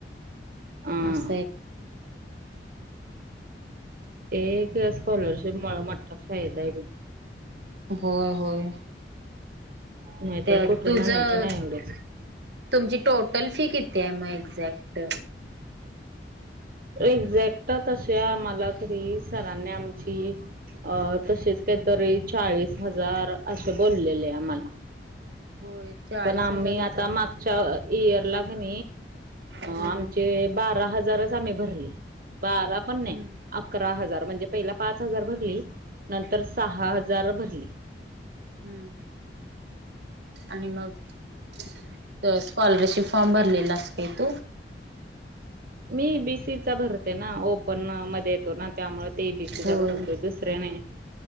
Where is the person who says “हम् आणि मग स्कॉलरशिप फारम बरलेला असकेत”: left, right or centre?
Right